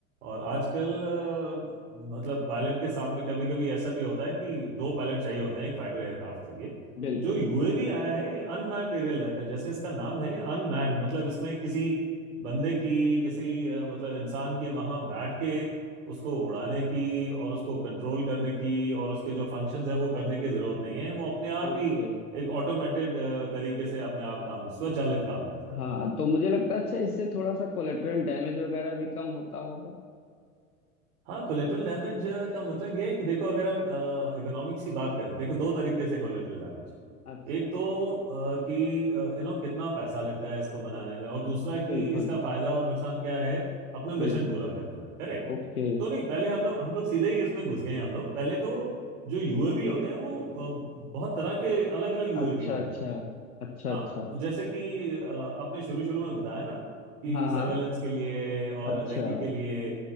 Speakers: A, on the right (about 60°); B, on the left (about 80°).
A: और आजकल अ, मतलब पायलट के साथ में कभी कभी ऐसा भी होता है कि दो पायलट चाहिए होते हैं एक फाइटर एयरक्राफ्ट के लिए
B: बिल्कुल
A: जो यूएवी आया है अनमैन्ड एरियल व्हीकल जैसे इसका नाम है अनमैन्ड मतलब इसमें किसी बंदे की किसी अ, मतलब इंसान की वहां बैठ के उसको उड़ाने की और उसको कंट्रोल करने की और उसके जो फंक्शंस हैं वो करने की जरूरत नहीं है वो अपने आप
B: ओके
A: ही एक ऑटोमेटेड तरीके से अपने आप काम स्वचालित काम करता है
B: हाँ तो मुझे लगता है अच्छा इससे थोड़ा सा कोलेटरल डैमेज वगैरह भी कम होता होगा
A: हाँ कोलेटरल डैमेज का मतलब ये है कि देखो अगर हम इकोनॉमिक्स की बात करें देखो दो तरीके से कोलेटरल डैमेज है
B: अच्छा
A: एक
B: अच्छा
A: तो अ, कि यू नो कितना पैसा लगता है इसको बनाने में और दूसरा कि
B: बिल्कुल
A: इसका फायदा और नुकसान क्या है अपने मिशन
B: बिल्कुल
A: पूरा करने में करेक्ट
B: ओके
A: तो नहीं पहले हम लोग हम लोग सीधे ही इसमें घुस गए हैं हम लोग पहले तो जो यूएवी होते हैं वो अ, बहुत तरह के अलग अलग यूएवी
B: अच्छा
A: होते
B: अच्छा
A: हैं
B: अच्छा
A: हाँ
B: अच्छा
A: जैसे कि अ, आपने शुरू शुरू में बताया ना कि
B: हाँ
A: सर्वेलेंस
B: हाँ
A: के लिए और
B: अच्छा
A: रेकी के लिए